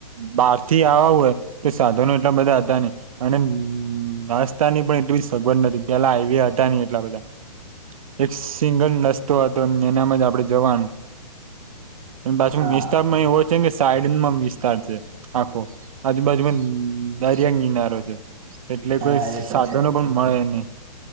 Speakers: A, on the right; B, on the right.
A: બહાર થી આવા હોય તો સાધનો એટલા બધા હતા ને અને નાસ્તા ની પણ એટલી સગવડ નથી પેલા હાઈવે હતા ન‌ઇ એટલા બધા એક સિંગલ રસ્તો હતો અને એનામાં જ આપણે જવાનું બાછુ
B: હા
A: વિસ્તારમાં એ હો છે કે સાઈડમાં વિસ્તાર છે આખો આજુબાજુમાં દરિયા કિનારો છે એટલે કોઈ
B: હા એ
A: સાધનો
B: તો છે
A: પણ મળે નહી